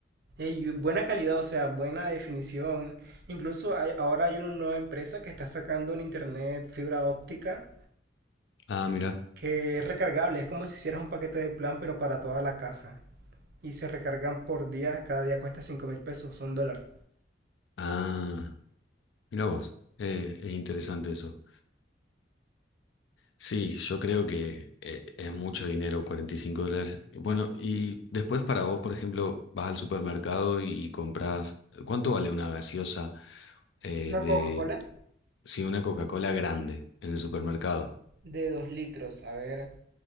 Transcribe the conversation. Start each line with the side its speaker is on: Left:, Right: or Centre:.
Right: Eh, y buena calidad, o sea, buena definición. Incluso hay- ahora hay una nueva empresa que está sacando en internet fibra óptica
Left: Ah, mira.
Right: que es recargable. Es como si hicieras un paquete de plan, pero para toda la casa. Y se recargan por día. Cada día cuesta cinco mil pesos, un dólar.
Left: Ah, mira vos. Eh, es interesante eso. Sí, yo creo que eh, es mucho dinero, 45 dólares. Bueno, y después para vos, por ejemplo, vas al supermercado y compras. ¿Cuánto vale una gaseosa eh,
Right: Una
Left: de,
Right: Coca-Cola
Left: sí, una Coca-Cola grande en el supermercado?
Right: de 2 litros. A ver.